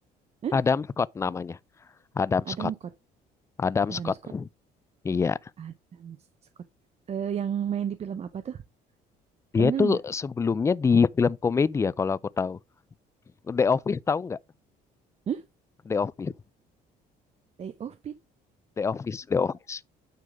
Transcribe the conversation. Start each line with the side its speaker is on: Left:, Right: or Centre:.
Right: Hah?
Left: Adam Scott namanya Adam
Right: Adam
Left: Scott
Right: Scott
Left: Adam
Right: Adam
Left: Scott
Right: Scott
Left: iya
Right: Adam Scott. Eh, yang main di film apa tuh?
Left: dia
Right: Pernah
Left: tuh
Right: nggak?
Left: sebelumnya di film komedi ya kalau aku tahu The Office tahu nggak
Right: Hah?
Left: The Office
Right: Day of Pit?
Left: The Office The Office